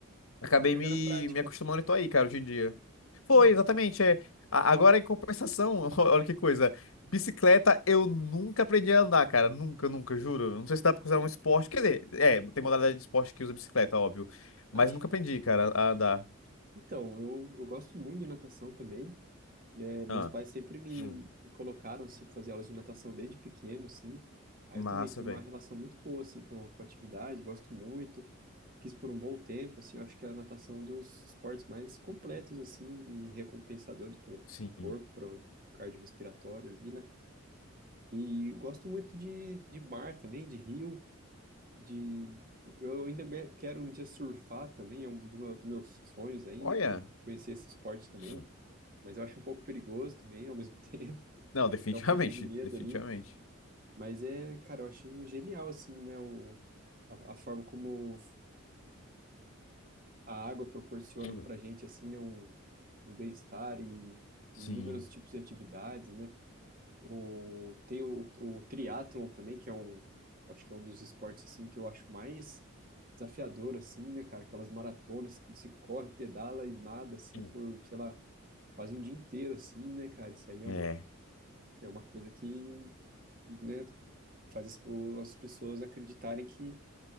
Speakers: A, on the left; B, on the right.
A: Acabei
B: Foi pegar
A: me,
B: na prática.
A: me acostumando e tô aí, cara, hoje em dia. Foi,
B: Que bom.
A: exatamente. É. A- Agora, em compensação, <laughs> olha que coisa. Bicicleta eu nunca aprendi a andar, cara. Nunca, nunca, juro. Não sei se dá pra considerar um esporte. Quer dizer, é, tem modalidade de esporte que usa bicicleta, óbvio. Mas
B: Acha?
A: nunca aprendi, cara, a andar.
B: Então, eu, eu gosto muito de natação também. É, meus
A: Ah,
B: pais sempre me,
A: Hum,
B: me colocaram, assim, pra fazer aulas de natação desde pequeno, assim. Aí
A: massa,
B: eu também tenho
A: velho.
B: uma relação muito boa, assim, com, com a atividade, gosto muito. Fiz por um bom tempo, assim, eu acho que a natação é um dos esportes mais completos, assim, e recompensadores pro,
A: Sim.
B: pro corpo, pro cardiorrespiratório ali, né? E gosto muito de, de mar também, de rio, de... Eu ainda be- quero um dia surfar também, é um do meu- dos meus sonhos aí,
A: Olha.
B: né? pra Conhecer esse esporte também,
A: hum,
B: mas eu acho um pouco perigoso também, ao mesmo <laughs> tempo
A: Não, <laughs> definitivamente.
B: dá um pouco de medo
A: Definitivamente.
B: ali. Mas é, cara, eu acho genial, assim, né? O, a, a forma como a água proporciona
A: hum,
B: pra gente, assim, né? Um, um bem-estar e,
A: Sim.
B: e inúmeros tipos de atividades, né? O, tem o, o triatlon também, que é um, acho que é um dos esportes, assim, que eu acho mais desafiador, assim, né, cara? Aquelas maratonas que você corre, pedala e nada, assim,
A: hum.
B: por, sei lá, quase um dia inteiro, assim, né, cara? Isso aí é
A: É.
B: um, é uma coisa que, né, faz as, o- as pessoas acreditarem que,